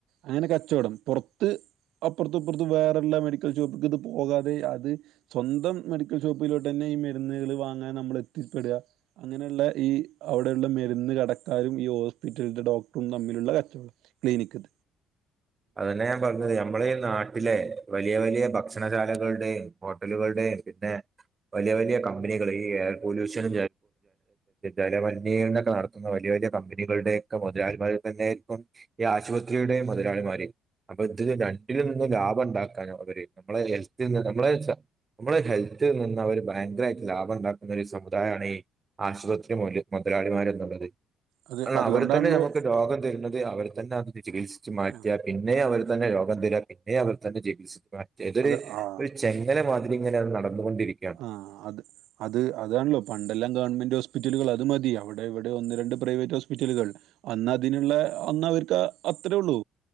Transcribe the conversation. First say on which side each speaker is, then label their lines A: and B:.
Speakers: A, on the right; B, on the right.
A: അങ്ങനെ കച്ചോടം പുറത്ത് അപ്പുറ്ത്ത് ഇപ്പറ്തും വേറെല്ലാ മെഡിക്കൽ ഷോപ്പ്ക്ക് ഇത് പോകാതെ അത് സ്വന്തം മെഡിക്കൽ ഷോപ്പിലോട്ട് തന്നെ ഈ മരുന്നുകൾ വാങ്ങാൻ നമ്മൾ എത്തിപ്പെടുക അങ്ങനെയുള്ള ഈ അവിടെയുള്ള മരുന്ന് കടക്കാരും ഈ ഹോസ്പിറ്റലിൽ - ഹോസ്പിറ്റലിന്റെ ഡോക്ടറും തമ്മിലുള്ള കച്ചവടം ക്ലിനിക്ക്‌
B: അത് തന്നെ ഞാൻ പറഞ്ഞത് നമ്മളെ ഈ നാട്ടിലെ- വലിയ വലിയ ഭക്ഷണശാലകളുടെയും ഹോട്ടലുകളുടെയും പിന്നെ- വലിയ വലിയ കമ്പനികൾ ഈ എയർ പൊല്യൂഷന ജലമലിനീരണംങ്ങൾ നട- വലിയ വലിയ കമ്പനികളുടെ ഒക്കെ മുതലളിമാരി തന്നെയായിയിരിക്കും ഈ ആശുപത്രിയുടെയും മുതലാളിമാര് അപ്പൊ ഇതിന് രണ്ടിൽ നിന്ന് ലാഭം ഉണ്ടാക്കാനും അവര് നമ്മളെ ഹെത്തിൽന്ന് നമ്മള് എന്ന് വെച്ചാ - നമ്മള് ഹെൽത്തിൽ നിന്ന് അവർ ഭയങ്കരമായിട്ട് ലാഭം ഇണ്ടാക്കുന്ന ഒരു സമുദായമാണേ - ആശുപത്രി മൊതല് മുതലാളിമാർ എന്നുള്ളത്
A: അത്
B: അല്ല
A: അതുകൊണ്ടാണല്ലോ
B: അവർ തന്നെ നമുക്ക് രോഗം തരുന്നത് അവർ തന്നെ അത് ചികിത്സച്ച് മാറ്റും
A: ആ
B: യാണ് പിന്നേ അവർ തന്നെ രോഗം തരിക പിന്നേ അവർ തന്നെ ചികിത്സിക്കുക ഇതൊരു
A: അത് ആ
B: ഒരു ചെങ്ങല മാതിരി ഇങ്ങനെ അത് നടന്നുകൊണ്ടിരിക്കുകയാണ്
A: ആഹ് അത് അത് അതാണല്ലോ പണ്ടെല്ലാം ഗവൺമെൻറ് ഹോസ്പിറ്റലുകൾ അത് മതി അവിടെ ഇവിടെ ഒന്ന് രണ്ട് പ്രൈവറ്റ് ഹോസ്പിറ്റലുകൾ അന്ന് അതിനുള്ള അന്ന് അവർക്ക് അത്രേ ഉള്ളൂ